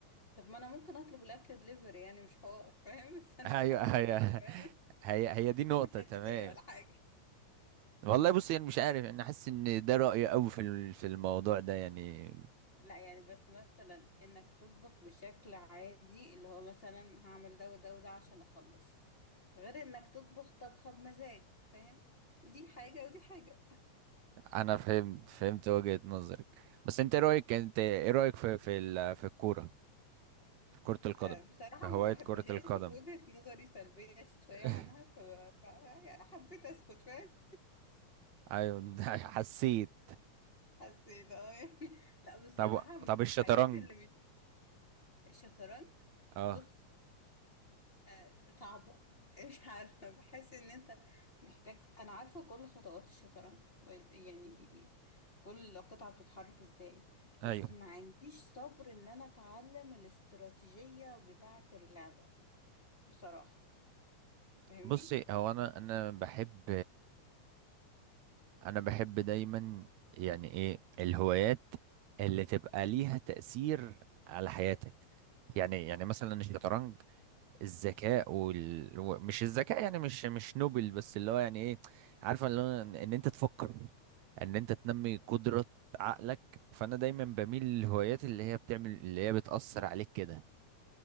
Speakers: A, on the left; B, on the right.
A: طب ما أنا ممكن أطلب الأكل دليفري يعني مش حوار فاهم <laughs> بس أنا
B: <laughs> أيوة
A: بحب
B: هي
A: أطبخ فاهم
B: هي هي دي نقطة
A: <laughs> مش أساسية
B: تمام
A: ولا حاجة
B: والله بص يعني مش عارف أنا حاسس إن ده رأيي قوي في ال- في الموضوع ده يعني
A: لا يعني بس مثلا انك تطبخ بشكل عادي اللي هو مثلا هعمل ده وده وده عشان اخلص غير انك تطبخ طبخة بمزاج فاهم دي حاجة ودي حاجة
B: انا فهمت فهمت وجهة نظرك بس انت إيه رايك انت ايه رايك في في ال- في الكوره في كرة القدم
A: آه، بصراحة
B: في
A: ما
B: هواية
A: بحبهاش
B: كرة القدم
A: ووجهة نظري سلبية شوية
B: <laughs>
A: عنها ف... ف... يعني حبيت اسكت فاهم
B: ايوه <laughs> حسيت
A: حسيت اه يعني <laughs> لا بصراحة
B: طب
A: من
B: طب الشطرنج
A: الحاجات اللي مش الشطرنج
B: اه
A: بص آه، صعبة <laughs> مش عارفة بحس ان انت محتاج انا عارفة كل خطوات الشطرنج ب- يعني كل قطعة بتتحرك ازاي بس
B: ايوه
A: ما عنديش صبر ان انا اتعلم الاستراتيجية بتاعة اللعبة بصراحة فاهمني
B: بصي هو انا انا بحب انا بحب دايما يعني ايه الهوايات اللي تبقى ليها تأثير على حياتك يعني يعني مثلا الشطرنج الذكاء وال... و- مش الذكاء يعني مش مش نوبل بس اللي هو يعني ايه عارفه اللي هو ان إن انت تفكر ان انت تنمي قدرة عقلك فانا دايما بميل للهوايات اللي هي بتعمل اللي هي بتأثر عليك كده